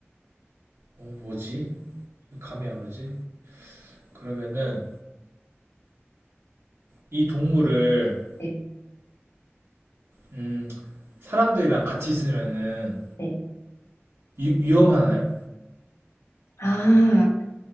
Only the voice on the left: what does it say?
네,
네.
아,